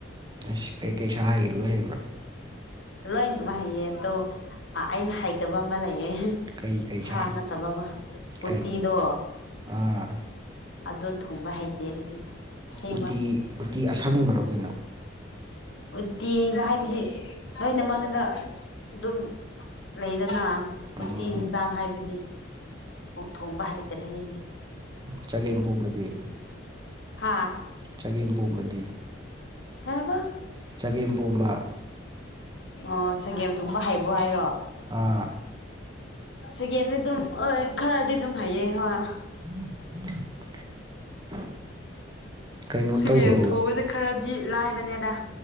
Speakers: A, on the right; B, on the left.
A: ꯑꯁ ꯀꯩꯀꯩ ꯁꯥ ꯍꯒꯦ ꯂꯣꯏ ꯍꯕ꯭ꯔꯥ
B: ꯂꯣꯏ ꯑꯗꯨꯃꯛ ꯍꯥꯏꯩꯌꯦ ꯑꯗꯣ ꯑꯩꯅ ꯍꯥꯏꯩꯇꯕ ꯑꯃ ꯂꯩꯌꯦ
A: ꯀꯩ ꯀꯩ
B: ꯁꯥ
A: ꯁꯥꯅꯣ
B: ꯅꯠꯇꯕ ꯑꯃ
A: ꯀꯩ
B: ꯎꯇꯤꯗꯣ
A: ꯑꯥ
B: ꯑꯗꯨꯗ ꯊꯨꯡꯕ ꯍꯩꯇꯦ ꯍꯥꯏꯗꯤ ꯑꯁꯦꯡꯕ
A: ꯎꯇꯤ ꯎꯇꯤ ꯑꯁꯪꯕꯔ ꯑꯣꯏꯅꯣ
B: ꯎꯇꯤꯗ ꯍꯥꯏꯕꯗꯤ ꯅꯣꯏꯅ ꯃꯥꯅꯗ ꯑꯗꯨꯝ ꯂꯩꯗꯅ
A: ꯎꯝ
B: ꯎꯇꯤ ꯌꯦꯟꯖꯥꯡ ꯍꯥꯏꯕꯗꯤ ꯊꯣꯡꯕ ꯍꯩꯇ꯭ꯔꯦ ꯑꯩꯗꯤ
A: ꯆꯒꯦꯝ ꯄꯣꯕꯗꯤ
B: ꯍꯥꯥ
A: ꯆꯒꯦꯝ ꯄꯣꯝꯕꯗꯤ
B: ꯀꯩ ꯍꯥꯏꯕ
A: ꯆꯒꯦꯝ ꯄꯣꯝꯕ
B: ꯑꯣ ꯁꯒꯦꯝ ꯊꯣꯡꯕ ꯍꯩꯕ ꯍꯥꯏꯔꯣ
A: ꯑꯥ
B: ꯁꯤꯒꯦꯝꯅꯤ ꯑꯗꯨꯝ ꯍꯣꯏ ꯈꯔꯗꯤ ꯑꯗꯨꯝ ꯍꯥꯏꯌꯦ ꯍꯣꯏ
A: ꯎꯝ ꯎꯝ ꯀꯩꯅꯣ
B: ꯁꯒꯦ
A: ꯇꯧꯕ꯭ꯔꯣ
B: ꯊꯣꯛꯕꯗ ꯈꯔꯗꯤ ꯂꯥꯏꯕꯅꯦꯗ